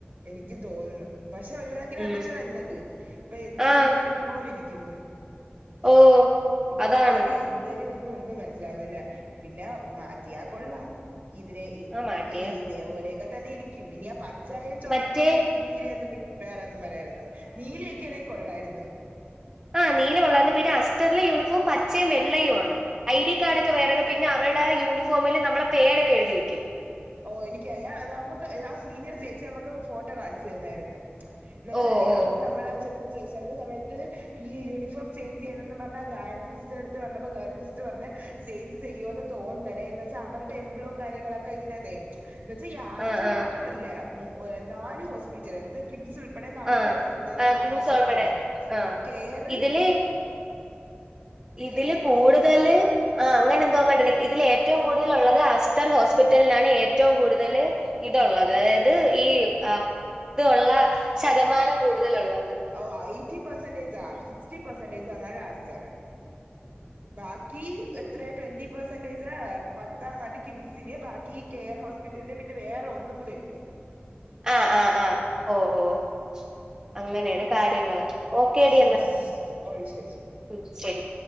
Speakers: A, on the right; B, on the right.
A: എനിക്കും തോന്നുന്ന്. പക്ഷെ ഒരു കണക്കിന്
B: ഉം
A: അതു തന്നെ നല്ലത്. ഇപ്പ ഇപ്പൊ
B: ആ
A: എല്ലാരും ഒരുപോലെരി ക്കുന്ന്.
B: ഓ
A: ഇപ്പൊ
B: അതാണ്
A: ആര് എ ന്തര് ഒന്നും ഒന്നും മനസ്സിലാവുന്നില്ല. പിന്നെ മാറ്റിയാ കൊള്ളാം. ഇതിനെ ഇത
B: ആ മാറ്റിയ
A: ഇതേ പോലെയൊക്കെ തന്നെ ഇരിക്കും. ഇനി ആഹ് പച്ചായും ചുവപ്പും
B: മറ്റേ
A: നീലയൊന്നും കി വേറൊന്നും വരാതിരുന്നാ. നീലയൊക്കെയാണേ കൊള്ളായിരുന്ന്.
B: ആഹ് നീല കൊള്ളായിരുന്ന്. പിന്നെ അസ്റ്ററിലെ യൂണിഫോം പച്ചയും വെള്ളയും ആണ്. ഐ ഡി കാർഡ് ഒക്കെ വേറെയാണ്. പിന്നെ അവരുടെ യൂണിഫോമിൽ നമ്മളെ പേരൊക്കെ എഴുതി വയ്ക്കും.
A: ഓഹ് എനിക്ക് ഞാൻ നമുക്ക് ആഹ് സീനിയർ ചേച്ചി നമുക്ക് ഫോട്ടോ കാണിച്ചു തന്നായിരുന്നു. എന്നുവെച്ചാലേ
B: ഓ ഓ
A: അന്ന് നമ്മളാ ചെന്ന് ചെന്ന സമയത്ത് ഈ യൂണിഫോം ചെയ്ഞ്ച് ചെയ്യണന്നും പറഞ്ഞ് ഗായത്രി സിസ്റ്റർടെടുത്ത് പറഞ്ഞപ്പോ ഗായത്രി സിസ്റ്റർ പറഞ്ഞ് ചെയ്ഞ്ച് ചെയ്യൂന്ന് തോന്നുന്നടേ എന്ന് വെച്ചാ അവരുടെ എംബ്ലോവും കാര്യങ്ങളൊക്കെ ഇതിന ത്തെ എന്നു വെച്ചാ ഈ ആസ്‌റ്റർ
B: ആ ആ
A: മാത്രമല്ല മോ നാല് ഹോസ്പിറ്റൽ എന്നുവെച്ചാ കിംസ് ഉൾപ്പെടെ നാല്
B: ആ
A: ഹോസ്പിറ്റലിന്റെ
B: ആ
A: പാർട്ട്ണർഷിപ്പ്
B: കിങ്സ് ഉൾപ്പെടെ
A: ഉണ്ട്.
B: ആ
A: കെയറ്
B: ഇതില് ഇതില്
A: കെയർ
B: കൂടുതല്
A: ഹോസ്പിറ്റല്
B: ആഹ് അങ്ങനെ എന്തോങ്ങാണ്ട് ഉണ്ട്. ഇതില് ഏറ്റവും കൂടുതൽ ഉള്ളത് ആസ്റ്റർ ഹോസ്പിറ്റലിലാണ് ഏറ്റവും കൂടുതല് ഇതുള്ളത്. അതായത് ഈ ആഹ് ഇത് ഉള്ള ശതമാനം കൂടുതലുള്ളത്.
A: ഓഹ് എയ്റ്റി പെർസെന്റേജാ സിസ്റ്റി പേഴ്‌സ്ൻ്റേജാ എങ്ങാനും ആസ്റ്ററ്. ബാക്കി എത്രേ ട്വന്റി പെർസെന്റേജ് പത്തെങ്ങാണ്ട് കിംസിന്. ബാക്കി കെയർ ഹോസ് പിറ്റലിന് പിന്നെ വേറെ ഒന്നും കൂടി ഇണ്ട്.
B: ആഹ് ആഹ് ആഹ് ഓഹ് ഓഹ് അങ്ങനെയാണ് കാര്യങ്ങള്. ഓക്കേടി എന്നാ
A: ഉം ഓഹ് ശരി ശരി.
B: ഉം ശരി.